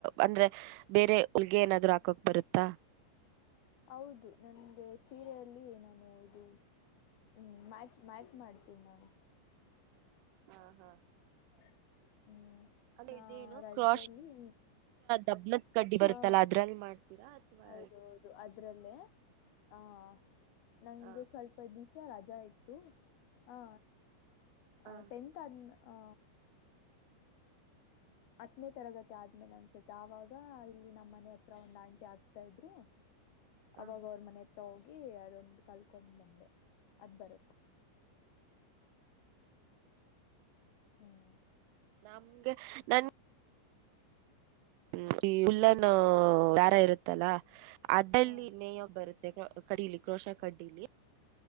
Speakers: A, on the right (about 80°); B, on the left (about 55°).
A: ಅಂದ್ರೆ ಬೇರೆ ಹೊಲ್ಗೆ ಏನಾದ್ರು ಹಾಕೋಕ್ ಬರುತ್ತಾ
B: ಹೌದು ನನ್ಗೆ ಸೀರೆಯಲ್ಲಿ ನಾನು ಇದು ಹ್ಮ್ ಮ್ಯಾ ಮ್ಯಾಟ್ ಮಾಡ್ತೀನಿ ನಾನು
A: ಹಾ ಹಾ
B: <unintelligible> ಹ್ಮ್
A: ಅಂದ್ರೆ
B: ನಾ
A: ಇದೇನು
B: ರಜ್ದಲ್ಲಿ
A: ಕ್ರಾಶ್ ದಬ್ನದ ಕಡ್ಡಿ ಬರುತ್ತಲ್ಲ
B: ಹಾ
A: ಅದ್ರಲ್ಲಿ ಮಾಡ್ತೀರಾ ಅಥವಾ
B: ಹೌದ ಹೌದು ಅದ್ರಲ್ಲೇ ಹಾ ನಂಗೆ
A: ಹ
B: ಸ್ವಲ್ಪ ದಿವ್ಸ ರಜಾ ಇತ್ತು ಹಾ
A: ಹ
B: ಆ ಟೆಂತ್ ಆದ್ಮೆ ಹಾ ಹತ್ತನೇ ತರಗತಿ ಆದ್ಮೇಲೆ ಅನ್ಸತ್ತೆ ಆವಾಗ ಇಲ್ಲಿ ನಮ್ಮ್ ಮನೆ ಹತ್ರ ಒಂದು ಆಂಟಿ ಆಗ್ತಾ ಇದ್ರು
A: ಹ
B: ಅವಾಗೌರ್ ಮನೆ ಹತ್ರ ಹೋಗಿ ಅದೊಂದು ಕಲ್ಕೊಂಡ್ ಬಂದೆ ಅದ್ ಬರುತ್ತೆ ಹ್ಮ್
A: ನಮಗೆ ನನ್ ಹ್ಮ ಈ ಉಲ್ಲನ್ನು ದಾರ ಇರುತ್ತಲ್ಲ ಅದಲ್ಲಿ
B: ಹಾ
A: ನೇಯ್ಯೋಗ್ ಬರುತ್ತೆ ಕಡ್ಡಲಿ ಕ್ರೋಶ ಕಡ್ಡಿಲಿ